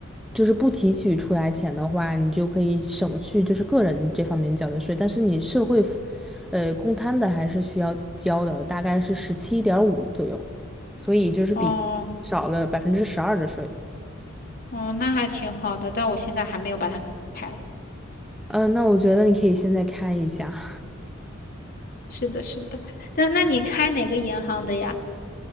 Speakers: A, in the centre; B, on the left.
A: 就是不提取出来钱的话，你就可以省去就是个人这方面交的税，但是你社会福呃，公摊的还是需要交的，大概是十七点五左右，所以就是比少了百分之十二的税。
B: 哦哦，那还挺好的，但我现在还没有把它开了。
A: 嗯，那我觉得你可以现在看一下。
B: 是的，是的，但那你开哪个银行的呀？